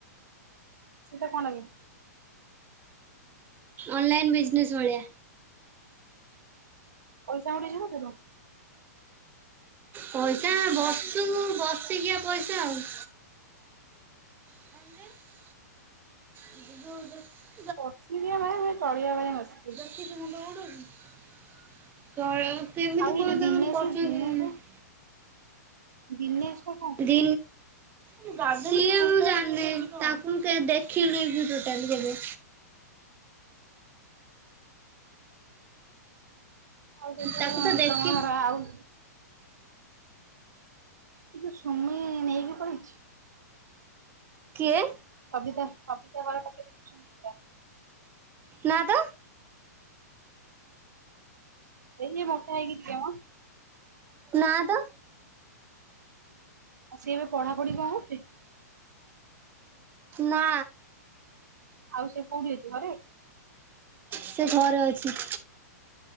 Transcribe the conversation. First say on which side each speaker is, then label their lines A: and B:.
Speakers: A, on the right; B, on the right.
A: ସେଇଟା କଣବେ।
B: ଅନଲାଇନ୍ ବିଜନେସ୍ ଭଳିଆ।
A: ପଇସା ଆଉ ନେଇ <unintelligible>
B: ପଇସା ବର୍ଷକୁ ବରର୍ଷିକିଆ ପଇସା ଆଉ। ‌ <unintelligible> <unintelligible>
A: <unintelligible>
B: <unintelligible> ସେମିତି କଣ ତାଙ୍କର କରୁଛନ୍ତି
A: ଆଉ ଏଇ ଯୋଉ ଦିନେଶ
B: କେଜାଣି।
A: ଦିନେଶ <unintelligible>
B: ଦି <unintelligible> ମୁଁ ଜାଣିନି ତାଙ୍କୁ ମୁଁ ଦେଖିନି ବି ଟୋଟାଲ <unintelligible>
A: ଆଉ ସେଠୁ
B: ତାକୁ ତ ଦେଖି
A: ତମ ଘର ଆଉ। ଏ ସମୟ ନେଇକି ପଳେଇଚି।
B: କିଏ?
A: ସବିତା ସବିତା ଘରେ ପାଖରେ ଯୋଉ ସୁମିତ୍ରା
B: ନା ତ।
A: ହ ଏଇ ଯେ ମୋଟା ହେଇକି ଥିଅ
B: ନାଁ ତ।
A: ସିଏ ଏବେ ପଢାପଢି କଣ କରୁଚି?
B: ନା।
A: ଆଉ ସିଏ କୋଉଠି ଅଛି ଘରେ?
B: ସିଏ ଘରେ ଅଛି।